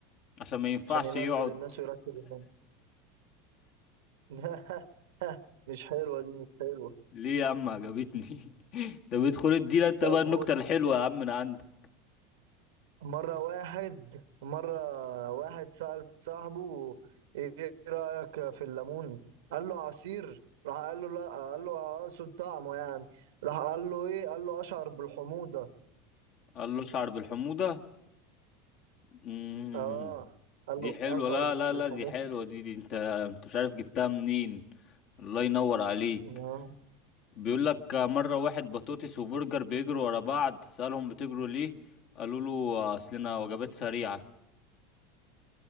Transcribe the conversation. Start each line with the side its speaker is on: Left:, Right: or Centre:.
Left: عشان ما ينفعش
Right: عشان ينزل
Left: يقعد
Right: الناس ويرتب الناس <laughs> لا مش حلوة دي مش حلوة
Left: ليه يا عم عجبتني <laughs> طب ادخل ادينا انت
Right: طب
Left: بقى النكتة الحلوة يا عم من عندك
Right: مرة واحد مرة واحد سأل صاحبه إيه رأيك في الليمون؟ قال له عصير راح قال له لا قال له أقصد طعمه يعني راح قال له إيه؟ قال له أشعر بالحموضة
Left: قال له اشعر بالحموضة مم.
Right: آه قال
Left: دي
Right: له
Left: حلوة
Right: أشعر
Left: لا لا
Right: بالحموضة
Left: لا دي حلوة دي دي انت انت مش عارف جبتها منين الله ينور عليك
Right: آه
Left: بيقول لك مرة واحد بطاطس وبرجر بيجروا ورا بعض سألهم بتجروا ليه قالوا له اصلنا وجبات سريعة